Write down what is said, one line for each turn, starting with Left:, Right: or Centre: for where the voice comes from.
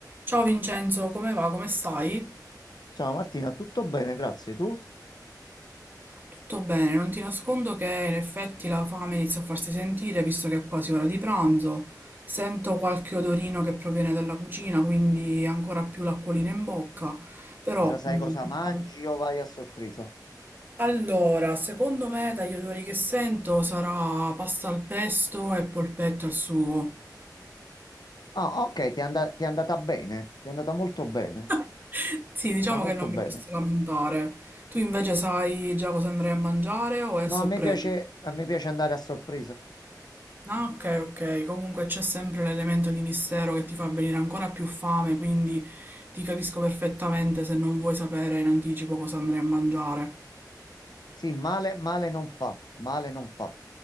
Right: Ciao Vincenzo, come va? Come stai?
Left: Ciao Martina, tutto bene, grazie. Tu
Right: Tutto bene, non ti nascondo che in effetti la fame inizia a farsi sentire visto che è quasi ora di pranzo. Sento qualche odorino che proviene dalla cucina, quindi ancora più l'acquolina in bocca. Però,
Left: già sai
Right: mm,
Left: cosa
Right: diciamo-
Left: mangi o vai a sorpresa?
Right: Allora, secondo me dagli odori che sento sarà pasta al pesto e polpetto al sugo.
Left: Ah, ok, ti è and- ti è andata bene, ti è andata molto bene,
Right: <laughs> Sì, diciamo
Left: è andata molto
Right: che non
Left: bene.
Right: mi posso lamentare. Tu invece sai già cosa andrai a mangiare o è a sorpresa?
Left: No, a me piace, a me piace andare a sorpresa.
Right: Ah, ok, ok. Comunque c'è sempre l'elemento di mistero che ti fa venire ancora più fame, quindi ti capisco perfettamente se non vuoi sapere in anticipo cosa andrai a mangiare.
Left: Sì, male, male non fa, male non fa.